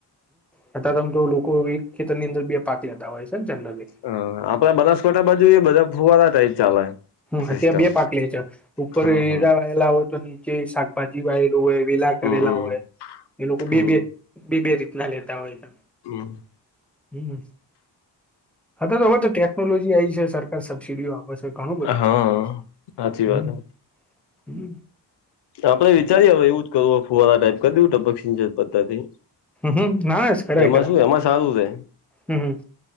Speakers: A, in the centre; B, on the left.
A: હ અ તમ તો લોકો એક ખેતરની અંદર પાતી જતા હોય છે ને જનરલી
B: હ આપડે બનાસકાંઠા બાજુ એ બધા ફુવારા ટાઈપ ચાલે
A: હ
B: સિસ્ટમ
A: ત્યાં બે પાકેલી છે, ઉપર
B: હા હા
A: એરા વાયેલા હોય તો નીચે શાકભાજી વાય હોય વેલા કરેલા
B: હમ
A: હોય એ લોકો બે
B: હમ
A: બે બે બે રીતના લેતા હોય છે.
B: હમ
A: હમ અ તો હ તો ટેકનોલોજી આવી છે, સરકાર સબસીડીઓ આપે છે, ઘણું બધું
B: હા
A: મળી રહે છે
B: સાચી વાત
A: હમ
B: હ
A: હમ
B: આપડે વિચારીએ હવે એવું જ કરવું ફુવારા ટાઈપ કર‌ દેવું ટપક સિંચાઇ પદ્ધતિ
A: હમ ના કરાય
B: એમાં
A: કરાય
B: શું એમાં સારું છે.
A: હમ હમ